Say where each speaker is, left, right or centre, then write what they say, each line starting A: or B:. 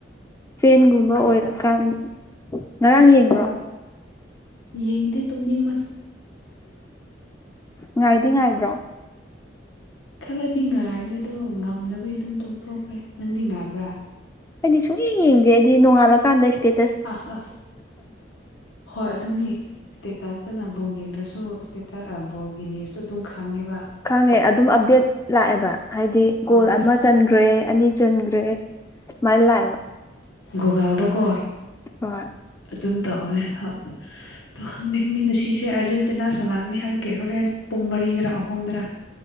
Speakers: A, on the left (about 15°); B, on the left (about 80°).
A: ꯐꯦꯟꯒꯨꯝꯕ ꯑꯣꯏꯔꯀꯥꯟ ꯉꯔꯥꯡ ꯌꯦꯡꯕ꯭ꯔꯣ
B: ꯍꯣꯏ ꯌꯦꯡꯗꯦ ꯇꯨꯝꯅꯤꯡ
A: ꯉꯥꯏꯗꯤ ꯉꯥꯏꯕ꯭ꯔꯣ
B: ꯈꯔꯗꯤ ꯉꯥꯏꯕꯅꯦ ꯑꯗꯣ ꯉꯝꯗꯅꯕꯒꯤ ꯑꯗꯨꯝ ꯇꯨꯝꯊꯣꯛꯈ꯭ꯔꯦ ꯅꯪꯗꯤ ꯉꯥꯏꯕ꯭ꯔꯥ
A: ꯍꯥꯏꯗꯤ ꯁꯨꯡ ꯌꯦꯡ ꯌꯦꯡꯗꯦ ꯍꯥꯏꯗꯤ ꯅꯣꯡꯉꯥꯜꯂꯀꯥꯟꯗ ꯏꯁꯇꯦꯠ
B: ꯑꯥꯁ ꯑꯥꯁ ꯍꯣꯏ ꯑꯗꯨꯅꯤ ꯏꯁꯇꯦꯇꯥꯁꯇꯅ ꯕꯣꯜ ꯌꯦꯡꯗ꯭ꯔꯁꯨꯇ ꯕꯣꯜꯒꯤ ꯅꯤꯌꯨꯁꯇꯣ ꯑꯗꯨꯝ ꯈꯪꯉꯦꯕ
A: ꯈꯪꯉꯦ ꯑꯗꯨꯝ ꯑꯞꯗꯦꯠ ꯂꯥꯛꯑꯦꯕ ꯍꯥꯏꯗꯤ
B: ꯍꯣꯏ
A: ꯒꯣꯜ ꯑꯃ ꯆꯟꯈ꯭ꯔꯦ ꯑꯅꯤ ꯆꯟꯈ꯭ꯔꯦ ꯃꯥꯏ ꯂꯥꯛꯑꯕ
B: ꯒꯨꯔꯒꯥꯎꯗꯥꯀꯣ
A: ꯍꯣꯏ
B: ꯑꯗꯨꯝ ꯇꯧꯅꯦ ꯍꯣꯏ ꯈꯪꯗ ꯃꯤ ꯉꯁꯤꯁꯦ ꯑꯥꯔꯖꯦꯟꯇꯤꯅꯥ ꯁꯅꯥꯒꯅꯤ ꯍꯥꯏꯕ ꯀꯦ ꯍꯣꯔꯦꯟ ꯄꯨꯡ ꯃꯔꯤꯗꯔ ꯑꯍꯨꯝꯗꯔ